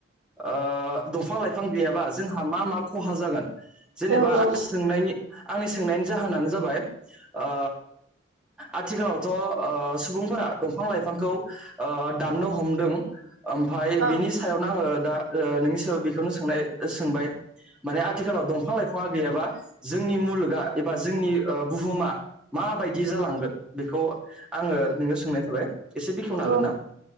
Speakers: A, in the centre; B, on the right.
A: ओ दंफां लाइफां गैयाबा जोंहा मा मा खहा जागोन। जेनेबा
B: औ औ
A: सोंनायनि आंनि सोंनायनि जाहोनानो जाबाय ओ आथिखालावथ' ओ सुबुंफोरा दंफां लाइफांखौ ओ दाननो हमदों। ओमफाय
B: औ
A: बिनि सायावनो आङो दा। ओ नोंनि से राव बेखौनो सोंनाय सोंबाय माने आथिखालाव दंफां लाइफाङा गैयाबा जोंनि मुलुगा एबा जोंनि ओ बुहुमा माबायदि जालांगोन बेखौ आङो नोंनियाव सोंनाय थाबाय। एसे बेखेवनो हागोन
B: औ
A: ना